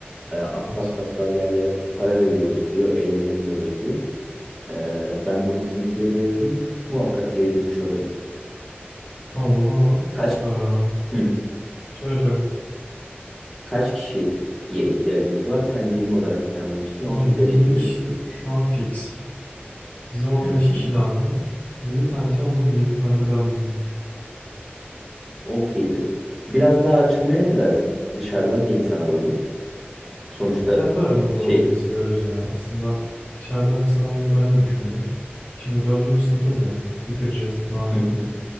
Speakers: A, in the centre; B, on the left.
A: Eee, aptal
B: Evet.
A: saptal yerlere para veriyoruz diyor, eğlenemiyoruz diyor. Eee, ben bunu bizimkilere yazayım. Muhakkak geri dönüş alırım.
B: Tamam o zaman
A: Kaç
B: eee,
A: hı,
B: söyle söyle.
A: kaç kişiye ihtiyacımız var? Sen 20 olarak planlamıştın, 35
B: Abi 20
A: dedin.
B: kişi şu an fix. Bize 15
A: Hı hı.
B: kişi lazım. 7 tane sen bul, 7 tane de ben bulayım.
A: Okeydir. Biraz daha açılmaya ne dersin? Dışarıdan da insan alalım. Sonuçta
B: Ya kendi aramızda
A: şey.
B: olsun istiyoruz ya. Aslında dışarıdan insan almayı ben de düşündüm. Şimdi dördüncü sınıfız ya. Bitireceğiz malum.
A: Hı hı.